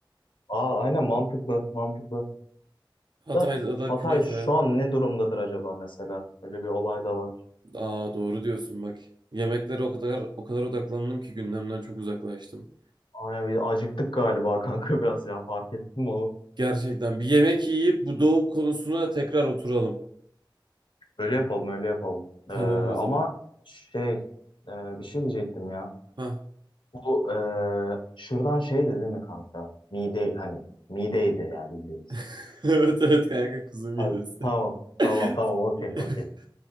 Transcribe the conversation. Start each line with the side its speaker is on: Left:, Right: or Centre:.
Left: Aa aynen mantıklı, mantıklı.
Right: Hatay'da
Left: Da
Right: da
Left: Hatay
Right: künefe.
Left: şu an ne durumdadır acaba mesela? Öyle bir olay da var.
Right: Aa doğru diyorsun bak. Yemeklere o kadar o kadar odaklandım ki gündemden çok uzaklaştım.
Left: Aynen bir acıktık galiba kanka biraz ya fark ettin mi onu?
Right: Gerçekten bir yemek yiyip bu doğu konusuna tekrar oturalım.
Left: Öyle yapalım, öyle yapalım.
Right: Tamam
Left: Ee, ama
Right: o zaman.
Left: şey, e, bir şey diyecektim ya.
Right: Hah.
Left: Bu eee, şuradan şey dedin mi kanka? Mide hani mideydi yani bildiğimiz.
Right: <laughs> Evet evet kanka kuzu midesi.
Left: Ha, tamam
Right: <laughs>
Left: tamam tamam okey okey.